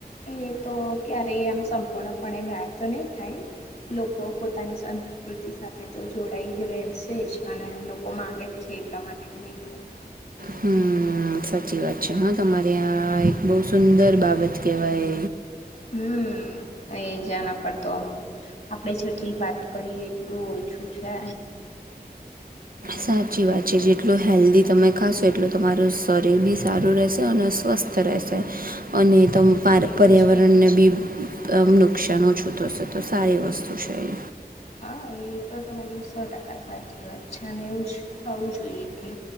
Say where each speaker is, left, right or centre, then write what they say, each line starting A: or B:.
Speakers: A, on the left; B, on the right.
A: એ તો ક્યારે આમ સંપૂર્ણપણે ઘાાય તો નહી થાય લોકો પોતાની સંસ્કૃતિ સાથે તો જોડાઈ રહેશે જ અને લોકો માગે જ છે એટલા માટે એ નહીં થાય
B: હમ સાચી વાત છે હા તમારે આ એક બહુ સુંદર બાબત કેહેવાય
A: હમ એ જના પડતો આપણે જેટલી વાત કરીએ એટલું ઓછું છે
B: સાચી વાત છે જેટલું હેલ્ધી તમે ખાશો એટલું તમારું શરીર બી સારું રહેશે અને સ્વસ્થ સ્સ્થ રહેશે અને તમ
A: એ
B: પર્યાવરણને
A: તો છે
B: બી મ નુકસાન ઓછું થશે તો સારી વસ્તુ છે એ
A: હા એ તો તમારી સો ટકા સાચી વાત છેા ને એવું જ થવું જોઈએ કે